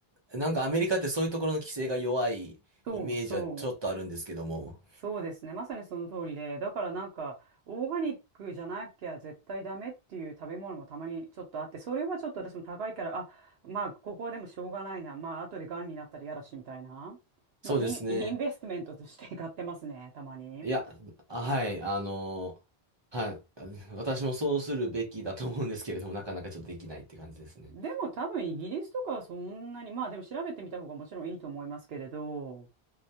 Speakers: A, on the right; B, on the right.
A: なんかアメリカってそういうところの規制が弱いイメージはちょっとあるんですけども。
B: そうそう。そうですね。まさにその通りで、だからなんか、オーガニックじゃなきゃ絶対ダメっていう食べ物もたまにちょっとあって、それはちょっと私も高いから、あ、まあ、ここはでもしょうがないな。まあ、後で癌になったら嫌だし、みたいな。まあ、
A: そうですね。
B: イン、インベストメントとして買ってますね、たまに。
A: いや、あ、はい、あの、はい、あ私もそうするべきだと思うんですけれども、なかなかちょっとできないって感じですね。
B: でも多分イギリスとかはそんなに、まあでも調べてみた方がもちろんいいと思いますけれど、